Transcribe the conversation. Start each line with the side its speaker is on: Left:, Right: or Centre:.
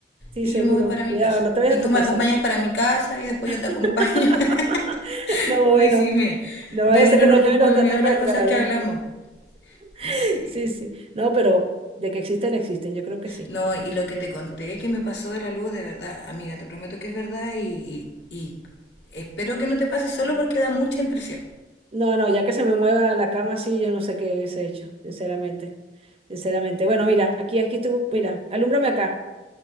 Right: sí,
Left: y
Right: seguro.
Left: yo me voy para mi
Right: Cuidado,
Left: casa.
Right: no te vayas
Left: Y
Right: a tropezar.
Left: tú me acompañas para mi casa y después yo te acompaño.
Right: <laughs>
Left: <laughs>
Right: No,
Left: Uy,
Right: bueno,
Left: sí, me,
Right: no
Left: me
Right: vaya a
Left: dieron
Right: ser que nos
Left: un poco
Right: lleven los
Left: de
Right: extraterrestres,
Left: miedo las cosas
Right: la
Left: que hablamos.
Right: <laughs>
Left: Sí.
Right: Sí, sí. No, pero de que existen, existen, yo creo que sí.
Left: No, y lo que te conté que me pasó de la luz, de verdad, amiga, te prometo que es verdad y, y- y espero que no te pase solo porque da mucha impresión.
Right: No, no, ya que se me mueva la cama así, yo no sé qué hubiese hecho, sinceramente. Sinceramente. Bueno, mira, aquí, aquí estuvo, mira, alúmbrame acá.